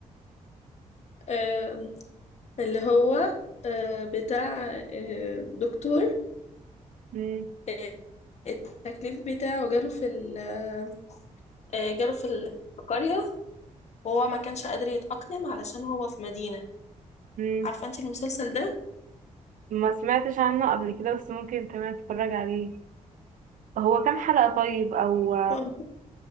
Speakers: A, on the left (about 55°); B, on the right (about 75°).
A: آه اللي هو آه بتاع آه دكتور
B: مم.
A: آه التكليف بتاعه جاله في ال- آه آه، جاله في ال- في القرية وهو ما كانش قادر يتأقلم علشان هو في مدينة
B: مم.
A: عارفة انت المسلسل ده
B: ما سمعتش عنه قبل كده بس ممكن تمام اتفرج عليه هو كام حلقة طيب او
A: هو